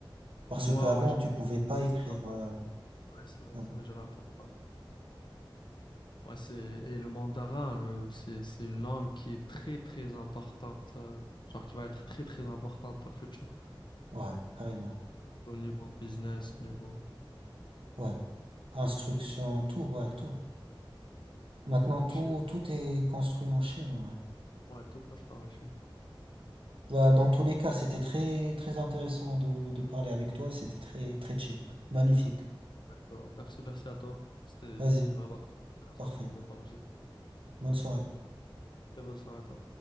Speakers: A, on the right; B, on the left.
A: Parce
B: moi,
A: qu'avant,
B: ouais, j'avais
A: tu pouvais pas écrire.
B: j'avais entendu.
A: euh,
B: Ouais, c'est vrai,
A: ouais,
B: c'est vrai, j'avais entendu parler. Ouais, c'est, et le mandarin, le, c'est, c'est une langue qui est très, très importante. euh, genre, qui va être très, très importante dans le futur.
A: ouais, carrément.
B: Au niveau business, niveau.
A: Ouais, instruction, tout, ouais, tout. Maintenant,
B: Parce que la
A: tout
B: Chine,
A: tout est construit en Chine. Ouais.
B: ouais, tout passe par la Chine.
A: Bah, dans tous les cas, c'était très très intéressant de de parler avec toi. et C'était très très chill, magnifique.
B: Bon, merci, merci à toi. C'était,
A: Vas-y,
B: c'était vraiment très intéressant
A: parfait.
B: pour ma part aussi.
A: Bonne soirée.
B: Très bonne soirée à toi.